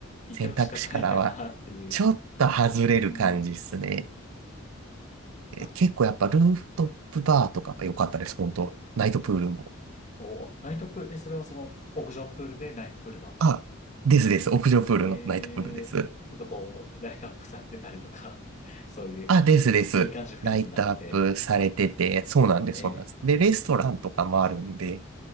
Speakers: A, on the left (about 35°); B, on the right (about 80°).
A: 行ってほしかないかなっていう。
B: 選択肢からはちょっと外れる感じですね。
A: うん。
B: え結構やっぱルーフトップバーとかが良かったです、
A: まあ、
B: 本当ナイトプールも。
A: お、ナイトプール、え、それはその屋上プールでナイトプールが、
B: あ、ですです。屋上プールのナイトプールです。
A: えー、ちょっとこう、ライトアップされてたりとか、<laughs> そういう、
B: あ、ですです。
A: いい感じの雰囲気になってて、
B: ライトアップされてて、そうなんです、
A: えー、
B: そうなんです。で、レストランとかもあるんで、